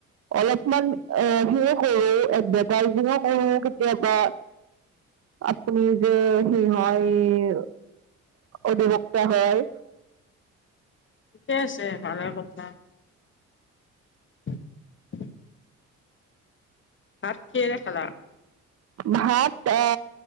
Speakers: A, on the right; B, on the left.
A: অলপমান এ সিও কৰো এডভাৰটাইজিঙো কৰো কেতিয়াবা আপুনি যে সি হয় অধিবক্তা হয়।
B: ঠিকে আছে ভালে কথা। <unintelligible> ভাত কিহেৰে খালা?
A: ভাত অ